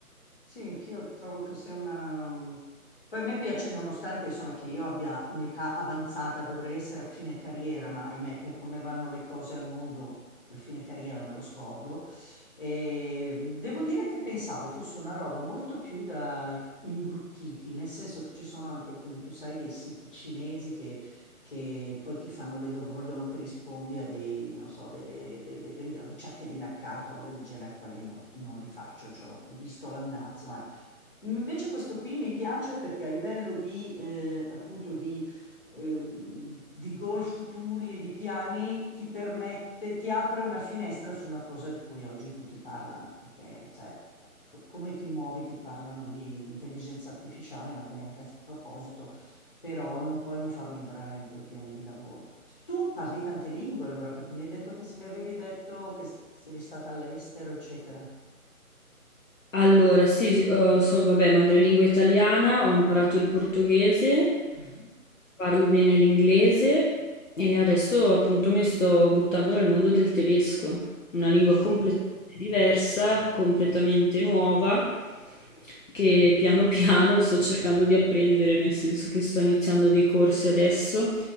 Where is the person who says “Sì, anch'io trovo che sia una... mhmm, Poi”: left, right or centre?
Left